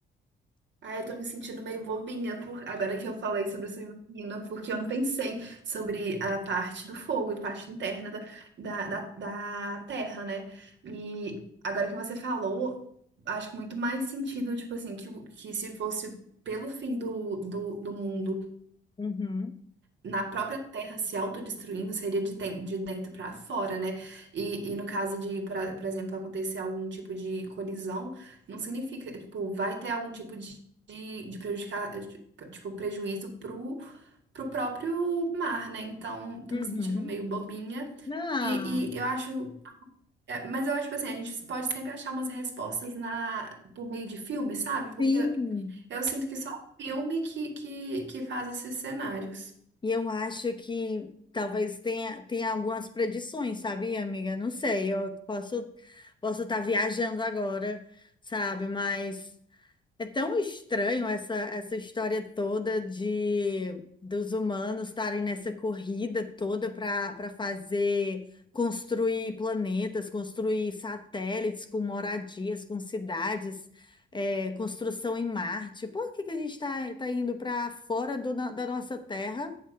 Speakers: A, on the right; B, on the left.
A: Ah, eu tô me sentindo meio bobinha por agora que eu falei sobre submarino, porque eu não pensei sobre a parte do fogo e parte interna da, da, da, da terra, né? E agora que você falou, acho que muito mais sentido, tipo assim, que, o- que se fosse pelo fim do, do, do mundo
B: Uhum,
A: na própria terra se autodestruindo seria de, ten- de dentro para fora, né? E, e no caso de, por, a- por exemplo, acontecer algum tipo de colisão, não significa, tipo, vai ter algum tipo de, de, de prejudicar, de- tipo, prejuízo pro, pro próprio mar, né? Então, tô
B: uhum.
A: me sentindo meio bobinha.
B: Ah,
A: E, e eu acho. é, mas eu acho, tipo assim, a gente pode sempre achar umas respostas na, por meio de filme, sabe? Porque
B: sim.
A: eu sinto que só filme que, que, que faz esses cenários.
B: E eu acho que talvez tenha, tenha algumas predições, sabia, amiga? Não sei, eu posso posso estar viajando agora, sabe? Mas é tão estranho essa, essa história toda de dos humanos estarem nessa corrida toda para para fazer construir planetas, construir satélites com moradias, com cidades, é, construção em Marte. Por que que a gente está tá indo para fora do, na- da nossa Terra?